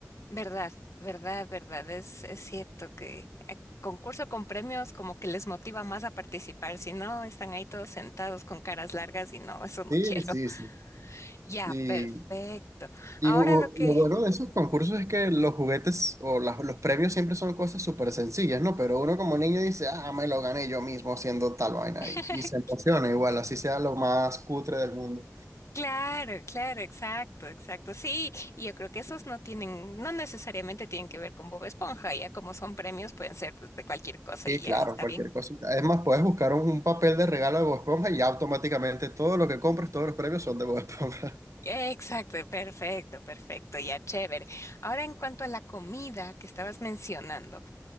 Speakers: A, on the left; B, on the right.
A: verdad, verdad, verdad, es, es cierto que eh, concurso con premios como que les motiva más a participar, si no están ahí todos sentados con caras largas y no, eso no
B: Sí,
A: quiero.
B: sí,
A: <laughs> Ya,
B: sí.
A: perfecto.
B: Y
A: Ahora
B: u-
A: lo que,
B: lo bueno de esos concursos es que los juguetes o las- los premios siempre son cosas súper sencillas, ¿no? Pero uno como niño dice, ah, me lo gané yo mismo haciendo tal vaina
A: <laughs>
B: y, y se emociona igual, así sea lo más cutre del mundo.
A: Claro, claro, exacto, exacto. Sí, y yo creo que esos no tienen, no necesariamente tienen que ver con Bob Esponja, ya como son premios pueden ser pues, de cualquier cosa
B: Y
A: y
B: claro,
A: ya está
B: cualquier
A: bien.
B: cosita. Es más, puedes buscar un, un papel de regalo de Bob Esponja y automáticamente todo lo que compres, todos los premios son de Bob Esponja. <laughs>
A: Exacto, perfecto, perfecto, ya chévere. Ahora en cuanto a la comida que estabas mencionando,